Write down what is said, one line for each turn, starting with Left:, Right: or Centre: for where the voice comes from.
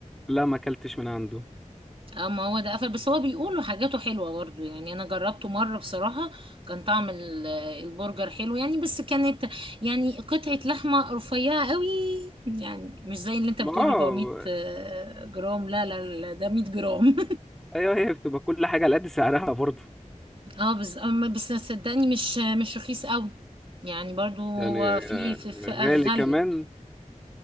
Centre: لا ما اكلتش من عنده
Right: اه ما هو ده قفل بس هو بيقولوا حاجاته حلوة برضو يعني انا جربته مرة بصراحة كان طعم ال- آه، البرجر حلو يعني بس كانت يعني قطعة لحمة رفيعة قوي يعني مش زي اللي انت
Centre: ما
Right: بتقول
Centre: اه
Right: 400 آه، جرام لا لا لا ده 100 جرام
Centre: ايوه هي بتبقى كل حاجة على قد سعرها برضه
Right: <laughs> اه بس أما- بس صدقني مش مش رخيص قوي يعني برضو
Centre: يعني
Right: هو
Centre: آه،
Right: في في فئة
Centre: غالي
Right: غالية
Centre: كمان